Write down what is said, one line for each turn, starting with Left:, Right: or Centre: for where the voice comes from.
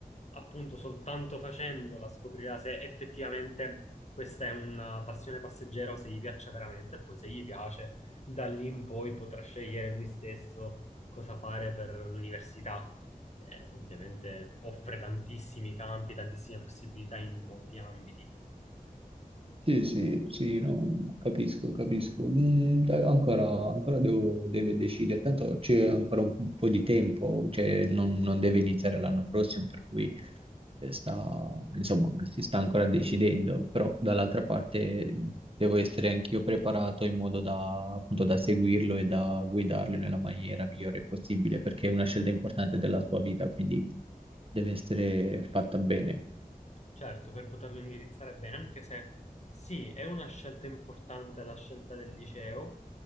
Left: appunto soltanto facendola scoprirà se effettivamente questa è una passione passeggera o se gli piaccia veramente e poi se gli piace da lì in poi potrà scegliere lui stesso cosa fare per l'università. Eh, ovviamente offre tantissimi campi, tantissime possibilità in molti ambiti.
Right: Sì, sì, sì, no, capisco, capisco. Mm, dai, ancora, ancora devo, deve decidere, tanto c'è ancora un po' di tempo, cioè non, non deve iniziare l'anno prossimo, per cui eh, sta, insomma, si sta ancora decidendo, però dall'altra parte devo essere anch'io preparato in modo da, appunto, da seguirlo e da guidarlo nella maniera migliore possibile, perché è una scelta importante della sua vita, quindi deve essere fatta bene.
Left: Certo, per poterlo indirizzare bene, anche se sì, è una scelta importante la scelta del liceo,